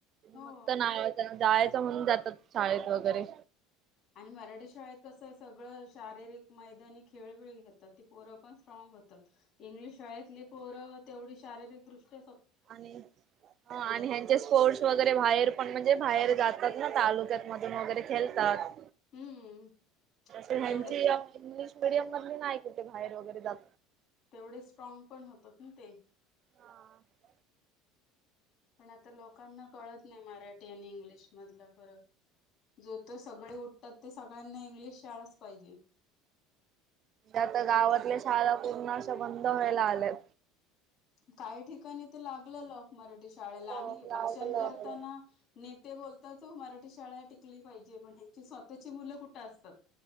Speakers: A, on the left; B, on the right.
A: हो
B: मग तर ना जायचं म्हणून जातात शाळेत वगैरे
A: आणि मराठी शाळेत कसं आहे सगळं शारीरिक मैदानी खेळबिळी घेतात ती पोरं पण स्ट्रॉंग इंग्लिश शाळेतली पोरं तेवढी शारिरीकदृष्ट्या
B: आणि आणि ह्यांचे स्पोर्ट्स वगैरे बाहेर पण म्हणजे बाहेर जातात ना तालुक्यात मधून वगैरे खेळतात.
A: हम्म
B: त्यांची
A: मग तेवढेच
B: इंग्लिश स्टेडियम मध नाही कुठे बाहेर वगैरे जात
A: तेवढे स्ट्रॉंग पण होतात. ना ते
B: म्हणजे
A: पण आता लोकांना कळत नाही मराठी आणि इंग्लिश मधला फरक. जो तो सगळे उठतात ते सगळ्यांना इंग्लिश शाळाच पाहिजे.
B: आता गावातल्या शाळा पूर्ण असं बंद व्हायला आल्यात.
A: काही ठिकाणी ते लागलं लोक मराठी शाळेला
B: हो
A: आणि
B: लागलं
A: भाषण करताना न ते बोलतात मराठी शाळा टिकली पाहिजे पण ह्यांची स्वतःची मुलं कुठे असतात.